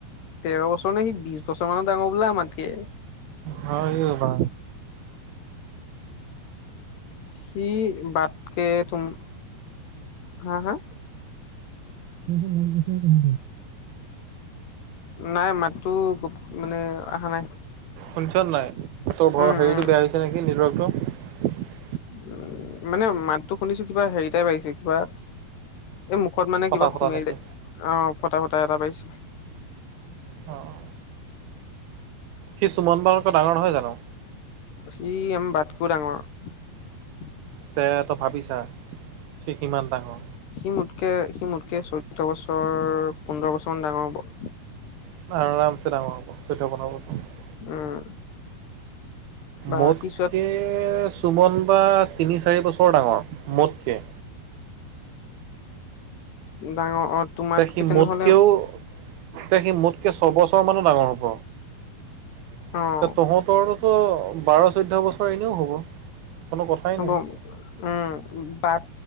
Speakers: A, on the left; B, on the right.
A: তেৰ বছৰ নে সি বিশ বছৰ মানৰ ডাঙৰ বোলো আমাতকে,
B: হয় ই বা
A: সি বাটকে তুমি হা-হা,
B: সেইটো গৈছে <unintelligible>
A: নাই মাতটো গ মানে অহা নাই?
B: শুনিছ নাই, তোৰ
A: উম
B: হেৰিটো
A: উম
B: বেয়া হৈছে নেকি? নেটৱৰ্কটো।
A: উম, মানে মাততো শুনিছোঁ, কিবা হেৰি টাইপ আহিছে, কিবা এই মুখত মানে
B: ফটা
A: কিবা
B: ফটা
A: সোমাইে
B: নেকি?
A: <unintelligible> অ', ফটা, ফটা এটা পাইছোঁ।
B: অ', অ'। সি সুমন বালকৰ ডাঙৰ নহয় জানো।
A: সি আমাৰ বা-তকৈও ডাঙৰ।
B: তে তই ভাবিছা, সি কিমান ডাঙৰ।
A: সি মোতকে, সি মোতকে, চৈধ্য বছৰ, পোন্ধৰ বছৰ মান ডাঙৰ হ'ব।
B: আৰামছে ডাঙৰ হ'ব।
A: উম। বা
B: মোতকে
A: সি চোৱাত
B: চুমন বা তিনি, চাৰি বছৰ ডাঙৰ, মোতকে।
A: ডাঙৰ অ'। তোমাতকে
B: তে, সি
A: তেনেহ'লে
B: মোতকেও, তে সি মোতকে ছয়বছৰ মান ডাঙৰ হ'ব। এ,
A: অ',
B: তহঁতৰতো বাৰ, চৈধ্যয় বছৰ এনেও হ'ব, কোনো কথাই
A: হ'ব
B: নাই।
A: উম, বাট